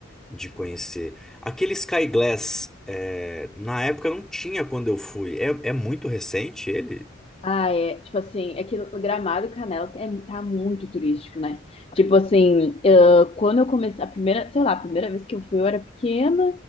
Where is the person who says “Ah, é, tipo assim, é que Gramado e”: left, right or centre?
Left